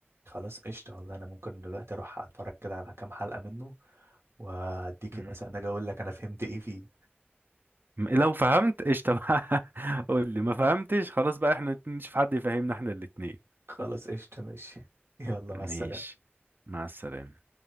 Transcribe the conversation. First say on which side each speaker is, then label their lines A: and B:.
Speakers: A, on the right; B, on the right.
A: خلاص قشطة والله أنا ممكن دلوقتي أروح أتفرج كده على كام حلقة منه وأديك
B: مم.
A: مثلا أجي أقول لك أنا فهمت إيه فيه
B: لو فهمت قشطه بقى <laughs> قول لي ما فهمتش خلاص بقى احنا نشوف حد يفهمنا احنا الاتنين
A: خلاص قشطة ماشي <laughs> يلا مع
B: ماشي
A: السلامة
B: مع السلامه